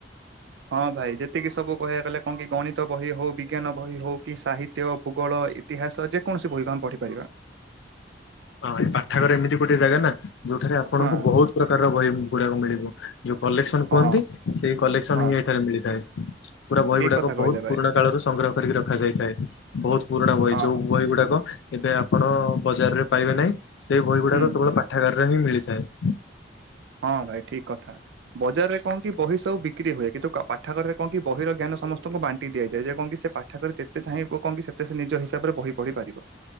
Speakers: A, on the right; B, on the left.
A: ହଁ ଭାଇ ଯେତିକି ସବୁ କହିବାକୁ ଗଲେ କଣ କି ଗଣିତ ବହି ହଉ ବି ବିଜ୍ଞାନ ବହି ହଉ କି ସାହିତ୍ୟ ଭୂଗୋଳ ଇତିହାସ ଯେକୌଣସି ବହିକୁ ଆମେ ପଢିପାରିବା।
B: ହଁ ଏ ପାଠାଗାର ଏମିତି ଗୋଟେ ଜାଗା ନା ଯୋଉଠାରେ ଆପଣଙ୍କୁ
A: ହଁ
B: ବହୁତ ପ୍ରକାରର ବହି ଗୁଡାକ ମିଳିବ। ଯୋଉ କଲେକ୍ସନ କୁହନ୍ତି
A: ହଁ
B: ସେଇ କଲେକ୍ସନ
A: ହଁ
B: ହିଁ ଏଠାରେ ମିଳିଥାଏ। ପୁରା ବହି
A: ଠିକ
B: ଗୁଡାକ
A: କଥା କହିଲେ
B: ବହୁତ୍
A: ଭାଇ
B: ପୁରୁଣା କାଳରୁ ସଂଗ୍ରହ କରିକି ରଖାଯାଇଥାଏ। ବହୁତ୍ ପୁରୁଣା ବହି
A: ହଁ
B: ଯୋଉ ବହି ଗୁଡାକ ଏବେ ଆପଣ ବଜାରରେ ପାଇବେ ନାହିଁ ସେଇ ବହି ଗୁଡାକ
A: ହୁଁ
B: କେବଳ ପାଠାଗାରରେ ହିଁ ମିଳିଥାଏ।
A: ହଁ ଭାଇ ଠିକ୍ କଥା ବଜାରରେ କଣ କି ବହି ସବୁ ବିକ୍ରି ହୁଏ। କିନ୍ତୁ ପାଠାଗାରରେ କଣ କି ବହିର ଜ୍ଞାନ ସମସ୍ତଙ୍କୁ ବାଣ୍ଟି ଦିଆଯାଏ। ଯେ କଣ କି ସେ ପାଠାଗାର ରେ ଯେତେ ଚାହିଁବୁ କଣ କି ସେତେ ସେ ନିଜ ହିସାବରେ ବହି ପଢି ପାରିବ।